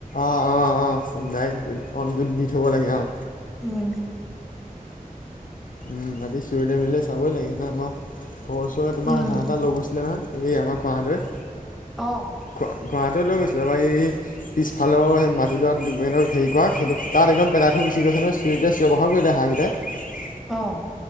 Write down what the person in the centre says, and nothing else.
উহ
উম,
অঁ,
অঁ,